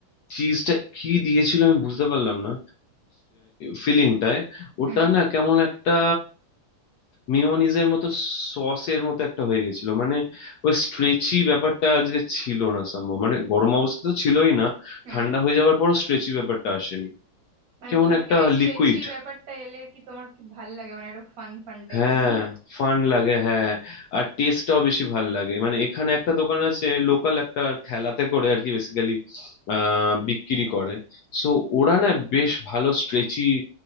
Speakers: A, on the left; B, on the right.
A: চিজটা কি দিয়েছিল আমি বুঝতে পারলাম না ফিলিংটায় ওটা
B: হুম
A: না কেমন একটা মেয়োনিজের মতো সসের মতো একটা হয়ে গেছিল মানে ওই স্ট্রেচি ব্যাপারটা আজকে ছিল না সম্ভব মানে গরম অবস্থা তো ছিলই না
B: হুম
A: ঠান্ডা হয়ে যাওয়ার পরও স্ট্রেচি ব্যাপারটা আসেনি
B: মানে
A: কেমন
B: তোমার
A: একটা
B: কি ওই স্ট্রেচি
A: লিকুইড
B: ব্যাপারটা এলে কি তোমার কি ভাল লাগে মানে একটা ফান ফান টাইপ
A: হ্যাঁ
B: <laughs>
A: ফান লাগে হ্যাঁ আর টেস্টটাও বেশি ভাল লাগে মানে এখানে একটা দোকান আছে লোকাল একটা ঠেলাতে করে আর কি বেসিক্যালি আহ বিক্রি করে সো ওরা না বেশ ভালো স্ট্রেচি